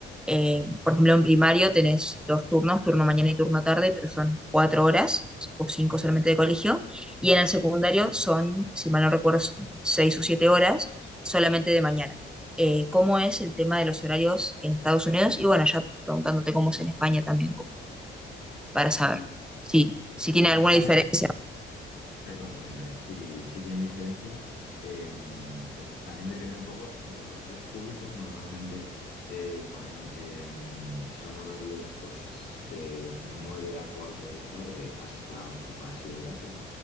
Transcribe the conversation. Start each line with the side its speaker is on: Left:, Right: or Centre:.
Centre: eh, por ejemplo, en primario tenés dos turnos, turno mañana y turno tarde, pero son cuatro horas o cinco solamente de colegio, y en el secundario son, si mal no recuerdo, seis o siete horas solamente de mañana. Eh, ¿cómo es el tema de los horarios en Estados Unidos? Y bueno, ya preguntándote cómo es en España también para saber
Left: Sí,
Centre: si,
Left: sí, sí.
Centre: si
Left: En,
Centre: tiene
Left: en
Centre: alguna
Left: España,
Centre: diferencia.
Left: Perdón, perdón, Belén. Sí, sí tienen diferencias. Eh, eh, también depende un poco, en los colegios públicos normalmente eh, cua- en- em, son horarios pues, de 9 a 4 de la tarde hasta bachillerato.